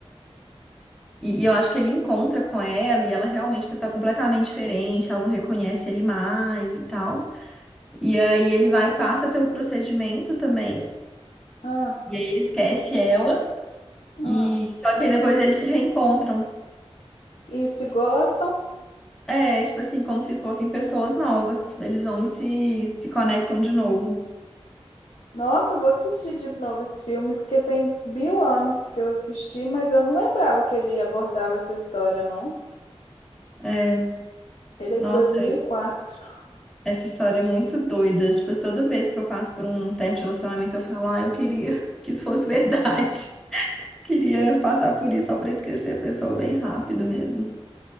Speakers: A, in the centre; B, on the left.
A: E, e eu acho que ele encontra com ela e ela realmente está completamente diferente, ela não reconhece ele mais e tal. E aí ele vai e passa pelo procedimento também,
B: ah,
A: e aí ele esquece ela,
B: ah.
A: e só que aí depois eles se reencontram.
B: E se gostam?
A: É, tipo assim, como se fossem pessoas novas. Eles vão e se, se conectam de novo.
B: Nossa, eu vou assistir de novo esse filme, porque tem mil anos que eu assisti, mas eu não lembrava que ele abordava essa história, não.
A: É,
B: Ele é
A: nossa,
B: de dois mil e quatro.
A: essa história é muito doida. Tipo, toda vez que eu passo por um tempo de relacionamento, eu falo, ah, eu queria <laughs> que isso fosse verdade. <laughs> Queria passar por isso só pra esquecer a pessoa bem rápido mesmo.